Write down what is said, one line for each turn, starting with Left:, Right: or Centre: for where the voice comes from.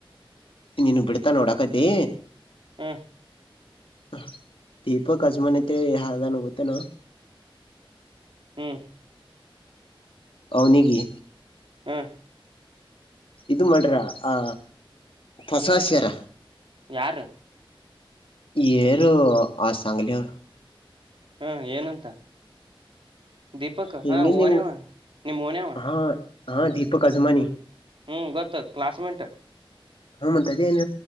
Left: ನೀನು ಬಿಡ್ತಾ ನೋಡಾಕತಿ.
Right: ಹ್ಮ
Left: ಹ ದೀಪಕ್ ಅಜಮಾನ್ ಐತೆ ಯದನ್ ಗೊತ್ತನಾ.
Right: ಹ್ಮ್
Left: ಅವನಗೆ
Right: ಹ್ಮ್.
Left: ಇದು ಮಾಡ್ರ ಆ ಹೊಸಾಸ್ಯಾರ.
Right: ಯಾರು
Left: ಯರ ಆ ಚಂಗಲಿ ಅವ.
Right: ಹಾ ಏನಂತ ದೀಪಕ್
Left: ಹಿಂಗಿಂದ
Right: ಹಾ ಓನವ
Left: ಹಿಂಗ
Right: ನಿಮ್ಮ್ ಓನವ.
Left: ಹಾ ಹಾ ದೀಪಕ್ ಅಜಮಾನಿ
Right: ಹ್ಮ್ ಗೊತ್ತು ಕ್ಲಾಸ್ಮೆಂಟ್
Left: ಹ ಮ ಇದ ಏನ್